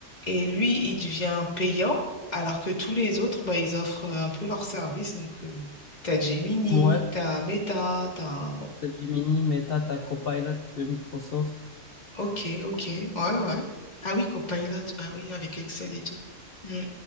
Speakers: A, on the left; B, on the left.
A: Et lui, il devient payant, alors que tous les autres, bah, ils offrent euh, un peu leur service. Donc, euh, t'as Gemini,
B: Ouais,
A: t'as Meta, t'as... Bon,
B: Gemini, Meta, ta Copilot de Microsoft.
A: ok, ok. Ouais, ouais. Ah oui, Copilot, bah oui, avec Excel et tout. Hmm.